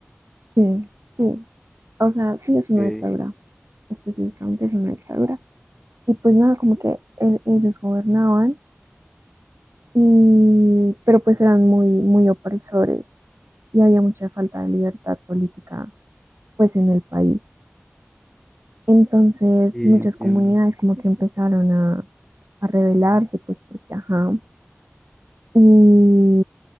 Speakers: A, on the right; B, in the centre.
A: sí, sí, o sea, sí
B: Ok,
A: es una dictadura, específicamente es una dictadura. Y pues nada, como que el- ellos gobernaban y, pero pues eran muy, muy opresores y había mucha falta de libertad política pues en el país. Entonces
B: sí,
A: muchas
B: entiendo.
A: comunidades como que empezaron a, a rebelarse pues porque ajá. Y,